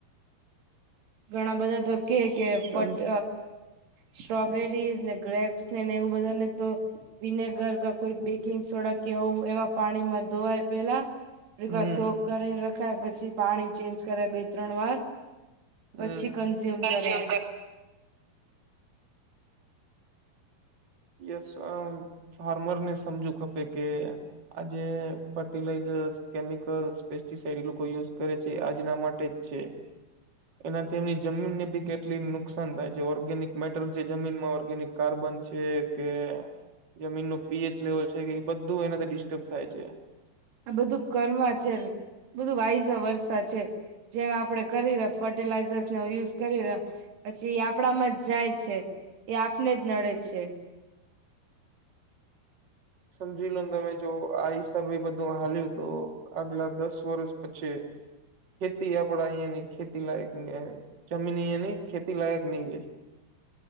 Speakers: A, on the right (about 75°); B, on the right (about 30°).
A: ઘણા બધા તો કે
B: સમ
A: કે ફટ સ્ટ્રોબેરીઝ ને ગ્રેપ્સ નેને એવું બધા ને તો વિનેગર ક કોઈ બેકિંગ સોડા કેવું એવા પાણીમાં ધોવાય પેલા
B: હમ
A: શોક કરીને રખાય પછી પાણી ચેન્જ કરાય બે ત્રણ વાર
B: હમ
A: પછી કન્ઝ્યુમ
B: કઝ્યુમ
A: કરાય
B: કર યસ ફાર્મરને સમજું ખપે કે આજે ફર્ટિલાઈઝર્સ કેમિકલ્સ પેસ્ટિસાઈડ લોકો યુઝ કરે છે આજના માટે જ છે એનાથી એમની જમીનને બી કેટલી નુકસાન થાય છે ઓર્ગેનિક મેટર છે જમીનમાં ઓર્ગેનિક કાર્બન છે કે જમીન નું પીએચ લેવલ છે કે એ બધું એનાથી ડિસ્ટર્બ થાય છે
A: આ બધું કર્મ છે બધું વાઈઝ વરષ છે જેમ આપડે કરી રહ્યા ફર્ટિલાઈઝર્સ યુઝ કરી રહ્યા પછી એ આપણામાં જ જાય છે એ આપને જ નડે છે
B: સમજી લોને તમે જો આ હિસાબે એ બધું હાલ્યું તો આગલા દસ વર્ષ પછી ખેતી આપડા અહિયાયા નની ખેતી લાયક ન જમીન અહંયા નહ ખેતી લાયક નહી ગે